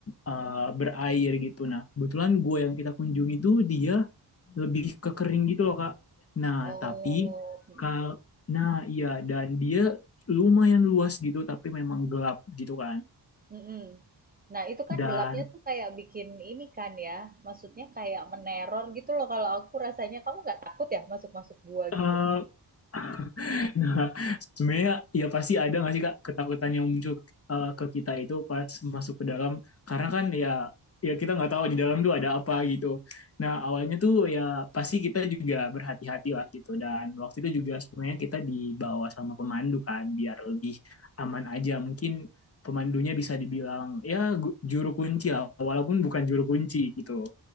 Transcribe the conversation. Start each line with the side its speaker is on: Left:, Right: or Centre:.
Left: eh, berair gitu. Nah, kebetulan gue yang kita kunjungi itu dia lebih ke kering gitu loh kak. Nah
Right: Oh,
Left: tapi
Right: mhm,
Left: kal nah iya dan dia lumayan luas gitu tapi memang gelap gitu kan.
Right: mhm. Nah, itu kan
Left: Dan
Right: gelapnya tuh kayak bikin ini kan ya, maksudnya kayak meneror gitu loh kalau aku rasanya. Kamu nggak takut ya masuk-masuk gua
Left: eh,
Right: gitu?
Left: <laughs> Nah, sebenarnya ya pasti ada nggak sih Kak ketakutan yang muncul eh, ke kita itu pas masuk ke dalam karena kan ya ya kita nggak tahu di dalam tuh ada apa gitu. Nah, awalnya tuh ya pasti kita juga berhati-hati lah gitu dan waktu itu juga sebenarnya kita dibawa sama pemandu kan biar lebih aman aja. Mungkin pemandunya bisa dibilang ya gu- juru kunci lah walaupun bukan juru kunci gitu